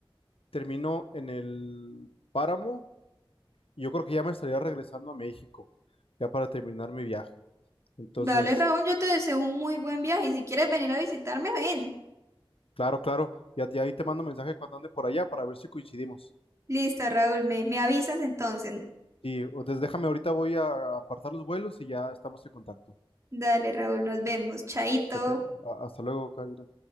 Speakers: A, on the left; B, on the right.
A: termino en el Páramo, y yo creo que ya me estaría regresando a México, ya para terminar mi viaje. Entonces,
B: Dale, Raúl, yo te deseo un muy buen viaje y si quieres venir a visitarme, ven.
A: claro, claro, ya, ya ahí te mando mensaje cuando ande por allá para ver si coincidimos.
B: Listo, Raúl, me, me avisas entonces.
A: Y entonces déjame, ahorita voy a apartar los vuelos y ya estamos en contacto.
B: Dale, Raúl, nos vemos. Chaito.
A: Que te- a- hasta luego, Karina.